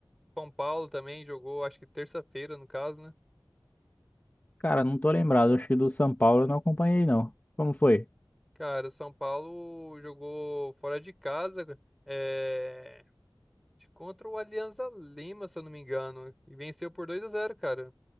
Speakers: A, in the centre; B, on the left.
A: São Paulo também jogou, acho que terça-feira, no caso, né?
B: Cara, não tô lembrado. Acho que do São Paulo eu não acompanhei, não. Como foi?
A: Cara, o São Paulo jogou fora de casa, cara, é, contra o Alianza Lima, se eu não me engano, e venceu por 2 a zero, cara.